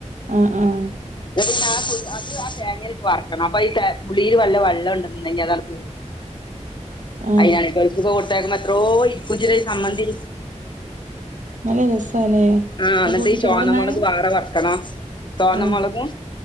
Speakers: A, on the right; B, on the left.
A: ആഹ് ആഹ
B: അല്ലെ പിന്നെ ആ അത് ആ തേങ്ങൊലിട്ട് വറക്കണം അ ഈ പുളിയിൽ വല്ല വെള്ളം ഉണ്ടെങ്കിൽ അതങ്ങ് പോവും
A: <inaudible> ആഹ്
B: അയിനാണ് ഗൾഫ്ക്കെക്കെ കൊടുത്തക്കുമ്പോ എത്രോ ഇരിക്കും ചിലെ സമ്മന്തി
A: നല്ല രസാല്ലേ
B: ആഹ
A: അത്
B: ഇന്നട്ട്
A: കൂട്ടി
B: ഈ ചോന്നമുളക്
A: ചോറ്ന്നാന്
B: വേറെ വർക്കണോ ചോന്ന
A: ആഹ്
B: മുളകും